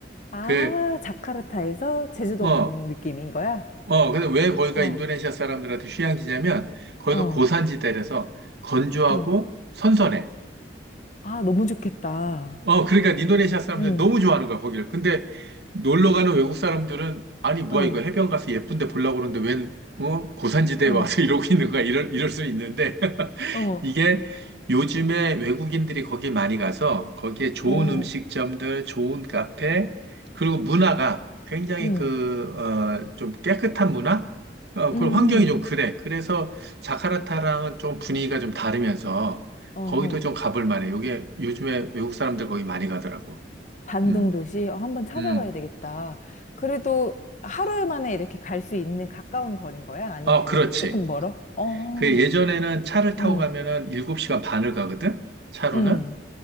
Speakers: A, on the left (about 40°); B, on the right (about 65°).
A: 아,
B: 그,
A: 자카르타에서 제주도
B: 어,
A: 가는 느낌인 거야?
B: 어, 근데 왜 거기가
A: 어,
B: 인도네시아 사람들한테 휴양지냐면, 거기가
A: 어,
B: 고산지대라서 건조하고
A: 어.
B: 선선해.
A: 아, 너무 좋겠다.
B: 어, 그러니까 인도네시아 사람들
A: 음,
B: 너무 좋아하는 거야, 거기를. 근데 놀러 가는 외국 사람들은, 아니, 뭐야,
A: 어,
B: 이거 해변 가서 예쁜데 보려고 그러는데 웬, 어? 고산지대에
A: 어,
B: 와서 <laughs> 이러고 있는 거야. 이럴, 이럴 수 있는데.
A: 어,
B: 이게 요즘에 외국인들이 거기 많이 가서 거기에 좋은
A: 어,
B: 음식점들, 좋은 카페, 그리고 문화가 굉장히
A: 음.
B: 그, 어, 좀 깨끗한 문화? 어,
A: 음.
B: 그런 환경이 좀 그래. 그래서 자카르타랑은 좀 분위기가 좀 다르면서
A: 어허.
B: 거기도 좀 가볼 만해. 요게 요즘에 외국 사람들 거기 많이 가더라고.
A: 반등
B: 음,
A: 도시 어, 한번 찾아봐야
B: 음.
A: 되겠다. 그래도 하루 만에 이렇게 갈 수 있는 가까운 거리인 거야? 아니면은
B: 어, 그렇지.
A: 조금 멀어? 어,
B: 그 예전에는 차를 타고
A: 응,
B: 가면은 7시간 반을 가거든? 차로는?
A: 응,